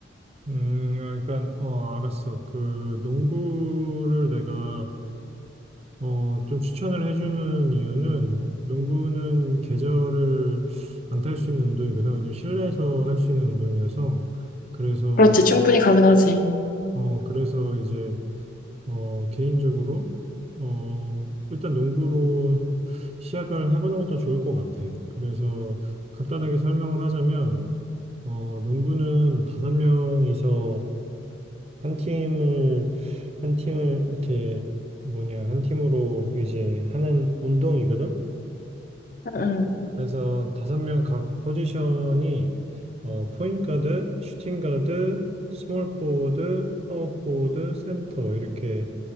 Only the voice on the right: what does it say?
음, 약간, 어, 알았어. 그, 농구를 내가, 어, 좀 추천을 해주는 이유는 농구는 계절을 안 탈 수 있는 운동이거든. 왜냐면 실내에서 할 수 있는 운동이어서. 그래서,
어, 그래서 이제, 어, 개인적으로, 어, 일단 농구로 시작을 해보는 것도 좋을 것 같아. 그래서 간단하게 설명을 하자면, 어, 농구는 다섯 명이서 한 팀을, 한 팀을 이렇게 뭐냐, 한 팀으로 이제 하는 운동이거든.
그래서 다섯 명 각 포지션이 어, 포인트 가드, 슈팅 가드, 스몰 포워드, 파워 포워드, 센터 이렇게